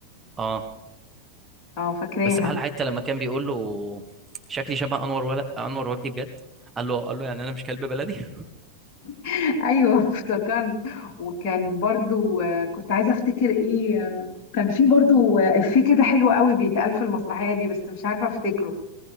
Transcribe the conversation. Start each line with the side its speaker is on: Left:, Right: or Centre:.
Right: أه
Left: اه فاكراها
Right: بس أحلى حتة لما كان بيقول له شكلي شبه أنور ولا أنور وجدي بجد قال له قال له يعني أنا مش كلب بلدي
Left: <laughs> ايوه افتكرت وكان برضو آه، كنت عايزه افتكر ايه آه، كان في برضو آه، افيه كده حلو قوي بيتقال في المسرحيه دي بس مش عارفه افتكره